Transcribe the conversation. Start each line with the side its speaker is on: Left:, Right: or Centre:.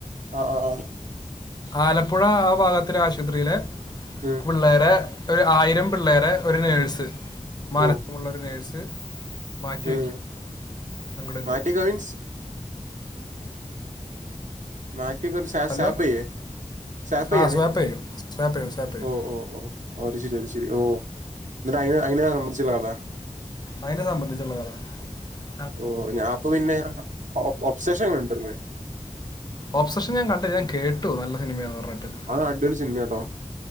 Right: ആ ആ ആ
Left: ആലപ്പുഴ ആ ഭാഗത്തിലെ ആശുപത്രിയിലെ
Right: ഉം
Left: പിള്ളേരെ ഒരു ആയിരം പിള്ളേരെ ഒരു നേഴ്സ് മാനസമുള്ള
Right: ഓ
Left: ഒരു നേഴ്സ് മാറ്റി
Right: ഉം
Left: വയ്ക്കും അങ്ങോട്ടും ഇങ്ങോട്ടും
Right: മാറ്റ കവിൻസ് <unintelligible>
Left: ഹലോ
Right: ഷാപ്പ്
Left: ആ
Right: യെണേ
Left: സ്വാപ്പ് ചെയ്യും സ്വാപ്പ് ചെയ്യും സ്വാപ്പ് ചെയ്യും
Right: ഓ ഓ ഓ ഓ അത് ശരി അത് ശരി ഓ എന്നിട്ട് അയിന് അതിനെ സമ്മന്തിച്ചുള്ളതാണോ
Left: അയിനെ സംബന്ധിച്ചുള്ള കഥ
Right: ഓ ഞാൻ അപ്പൊ പിന്നെ എറങ്ങും ഒബ്സെക്ഷൻ കിട്ടും
Left: ഓബ്സഷൻ ഞാൻ കണ്ടില്ല ഞാൻ കേട്ടു നല്ല സിനിമയന്ന് പറഞ്ഞിട്ട്
Right: അത് അടിപൊളി സിനിമയാട്ടോ